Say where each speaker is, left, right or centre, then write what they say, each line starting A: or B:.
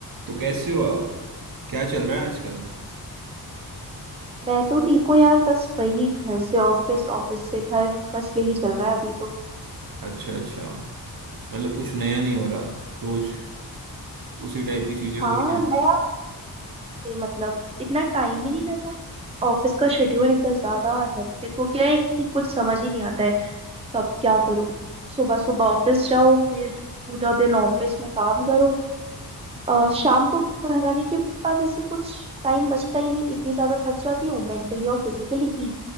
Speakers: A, on the right; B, on the right.
A: तो कैसे हो आप क्या चल रहा है आजकल
B: मैं तो ठीक हूँ यार बस वही घर से ऑफिस ऑफिस से घर बस यही चल रहा है अभी तो
A: अच्छा अच्छा मतलब कुछ नया नहीं हो रहा रोज उसी टाइप की चीजें हो
B: हाँ
A: रही हैं
B: नया हफ्ते मतलब इतना टाइम ही नहीं रहता ऑफिस का शेड्यूल इतना ज्यादा हेक्टिक हो गया है कि कुछ समझ ही नहीं आता है कब क्या करूँ सुबह सुबह ऑफिस जाओ फिर पूरा दिन ऑफिस में काम करो अ, शाम को घर आने के बाद ऐसे कुछ टाइम बचता ही नहीं इतनी ज्यादा थक जाती हूँ मेंटली और फिजिकली कि